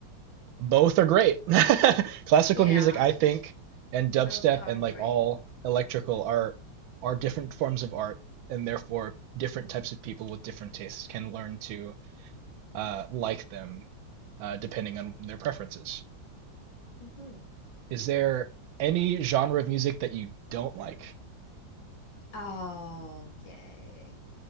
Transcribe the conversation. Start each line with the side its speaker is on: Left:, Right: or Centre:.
Right: both are great. <laughs> Classical
Left: Yeah,
Right: music, I think, and dubstep
Left: both are
Right: and like
Left: great.
Right: all electrical are are different forms of art and therefore different types of people with different tastes can learn to uh, like them uh, depending on their preferences.
Left: hmm
Right: Is there any genre of music that you don't like?
Left: Okay.